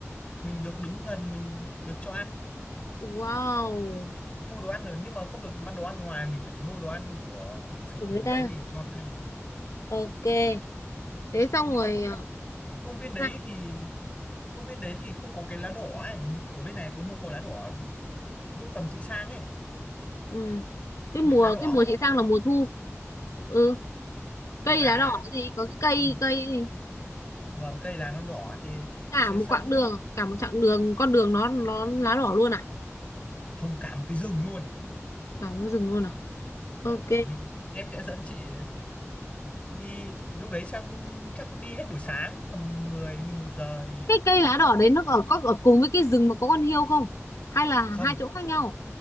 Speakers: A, on the left; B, on the left.
A: mình được đứng gần mình được cho ăn
B: wow
A: mua đồ ăn rồi nhưng mà không được ăn đồ ăn ngoài mình phải mua đồ ăn của sở
B: của
A: thú
B: người ta
A: đấy mình cho nó ăn
B: ok thế xong
A: nhưng
B: rồi
A: mà công,
B: ờ,
A: công viên
B: sao
A: đấy thì công viên đấy thì không có cái lá đỏ ấy ở bên này có mua lá đỏ lúc tầm chị sang ấy
B: ừ cái
A: có
B: mùa
A: biết lá đỏ
B: cái mùa
A: không
B: chị sang là mùa thu ừ cây
A: lá
B: lá đỏ cái gì có cái cây
A: ừ.
B: cây
A: và cây lá nó đỏ thì
B: cả
A: sẽ
B: một
A: xong
B: quãng đường cả một chặng đường con đường nó nó lá đỏ luôn à
A: không cả một cái rừng luôn
B: cả một cái rừng luôn à
A: vâng
B: ok
A: mình em sẽ dẫn chị đi lúc đấy xong chắc đi hết buổi sáng tầm mười mười một giờ thì
B: cái cây lá đỏ đấy nó ở có ở cùng với cái rừng mà có con hiêu không hay là
A: không
B: hai chỗ khác nhau